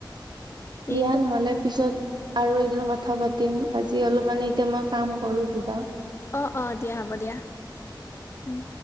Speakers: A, on the left; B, on the right.
A: দিনটো
B: দিয়া নহ'লে পিছত আৰু এদিন কথা পাতিম, আজি অলপ মানে এতিয়া মই কাম কৰো কিবা।
A: অ অ দিয়া হ'ব দিয়া উম।